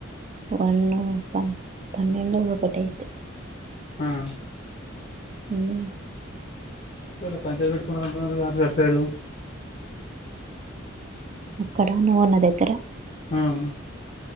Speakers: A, on the right; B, on the left.
A: వన్నూ ప పన్నెండూ ఒకటైంది
B: ఆఁ
A: ఊఁ
B: కోట్లొ పంచాయతి పెట్కుంట అంటున్నార్గా గట్ సైడు
A: అక్కడా నువ్వొన్న దెగ్గరా
B: ఆఁ